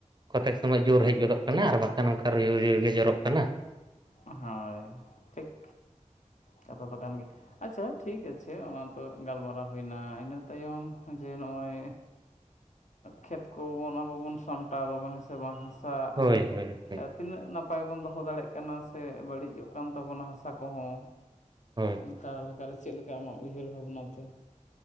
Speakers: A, on the right; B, on the left.
A: ᱠᱚᱛᱮᱠ ᱥᱚᱢᱚᱭ ᱡᱳᱨ ᱦᱮᱡ ᱜᱚᱫᱚᱜ ᱠᱟᱱᱟ ᱟᱨ ᱵᱟᱠᱷᱟᱱ ᱚᱝᱠᱟ ᱛᱩᱭᱩ ᱨᱩᱭᱩ ᱜᱮ ᱡᱚᱨᱚᱜ ᱠᱟᱱᱟ᱾
B: ᱦᱳᱭ ᱴᱷᱤᱠ ᱠᱟᱛᱷᱟ ᱫᱚ ᱠᱟᱱ ᱜᱮ᱾ ᱟᱪᱪᱷᱟ ᱴᱷᱤᱠ ᱟᱪᱷᱮ ᱚᱱᱟ ᱛᱚ ᱜᱟᱞᱢᱟᱨᱟᱣ ᱦᱩᱭᱱᱟ ᱤᱱᱟᱹ ᱛᱟᱭᱚᱢ ᱡᱮ ᱱᱚᱜ-ᱚᱭ ᱠᱷᱮᱛ ᱠᱚᱵᱚᱱ ᱟᱵᱚ ᱵᱚᱱ ᱥᱟᱢᱴᱟᱣ ᱫᱟᱵᱚᱱ ᱦᱮᱸ ᱥᱮ ᱵᱟᱝ ᱦᱟᱥᱟ
A: ᱦᱳᱭ ᱦᱳᱭ ᱦᱳᱭ
B: <unintelligible> ᱛᱤᱱᱟᱹᱜ ᱱᱟᱯᱟᱭ ᱵᱚᱱ ᱫᱚᱦᱚ ᱫᱟᱲᱮᱜ ᱠᱟᱱᱟ ᱥᱮ ᱵᱟᱹᱲᱤᱡᱚᱜ ᱠᱟᱱ ᱛᱟᱵᱚᱱᱟ ᱦᱟᱥᱟ ᱠᱚᱦᱚᱸ?
A: ᱦᱳᱭ᱾
B: ᱚᱝᱠᱟ ᱞᱮᱠᱟᱨᱮ ᱪᱮᱫᱞᱮᱠᱟ ᱟᱢᱟᱜ ᱩᱭᱦᱟᱹᱨ ᱵᱷᱟᱵᱽᱱᱟ ᱛᱮ?